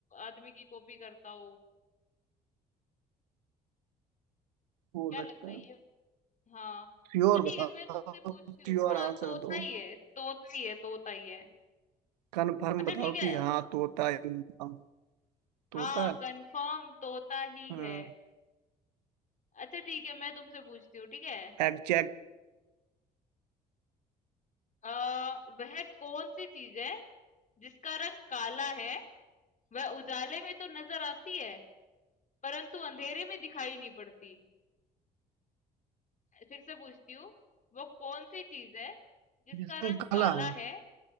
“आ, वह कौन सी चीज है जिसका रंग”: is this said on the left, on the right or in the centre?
Left